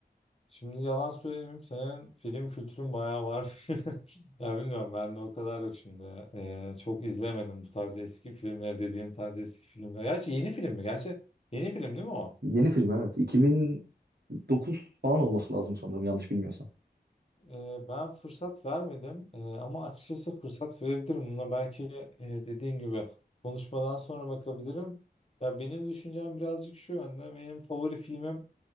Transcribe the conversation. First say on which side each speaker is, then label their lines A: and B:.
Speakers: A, on the left; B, on the right.
A: Şimdi yalan söylemeyeyim senin film kültürün bayağı var. <laughs> Ya bilmiyorum ben de o kadar yok şimdi. Ee, çok izlemedim bu tarz eski filmleri dediğim tarz eski filmler. Gerçi yeni film mi? Gerçi yeni film değil mi o?
B: Yeni film evet. 2009 falan olması lazım sanırım yanlış bilmiyorsam.
A: Ee, ben fırsat vermedim Ee, ama açıkçası fırsat verebilirim. Buna belki e, dediğim gibi konuşmadan sonra bakabilirim. Ya benim düşüncem birazcık şu yönde. Benim favori filmim